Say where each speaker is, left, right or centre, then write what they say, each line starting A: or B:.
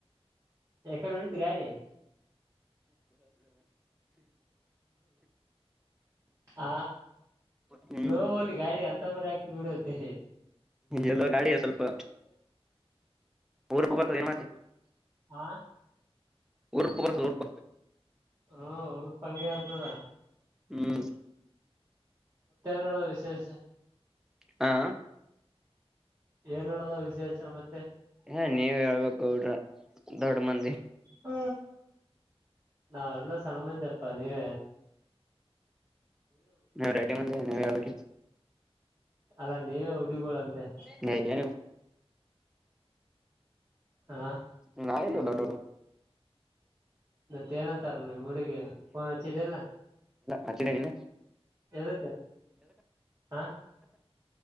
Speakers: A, on the right; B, in the centre.
A: ಎಕಡೆ ಉಂತಿು ಗಾಡಿ ಹ
B: ಹ್ಮ್
A: ಸ್ಲೋ ಹಲಿ ಗಾಡಿ ಅಂತ ಬರ ಆಕ್ತ ಇಡತೆ
B: ಎಲ್ಲ ಗಾಡಿಯ ಸ್ವಲ್ಪ ಊೂಪ ಬತ ಏನ್ತ
A: ಹಾ
B: ಉರುಪವರ ನೂಪ
A: ಹಾ ಅವ್ರ ಪಂಗಗೆರ್ತದಾ
B: ಹ್ಮ್
A: ನಡದ ವಿಶೇಷ
B: ಹ ಹಾ
A: ಏನಡದ ವಿಶೇಷ ಮತ್ತೆ
B: ಹಾ ನೀವ ಹೇಳ್ಬೇಕಡ್ರ ದೊಡ್ಡ ಮಂದಿ
A: ಹ ನಾವೆಲ್ಲ ಸಣ್ಣ ಮಂದಿ ಪ್ಪ ನೀವ
B: ನೀವು ರೆಡ್ಡಿ ಮಂದ ನೀ ವಳಿ
A: ಅಲ್ಲಾ ನೀವೇ ಹುಲಿಗಳು ಅಂದೆ
B: ನೀ ಏನು ಗ
A: ಹ
B: ಆ್. ಹ್ಮ್ಮ್.
A: ಮತ್ತ ಏನಂತಾರ ಮುಡಿಗೆ ೋನ್ ಹಚ್ಚಿದೆಲ್ಲ
B: ಹಚ್ಚಿದೆ ನೀನು
A: ಎದಕ್ಕೆ ಹಾ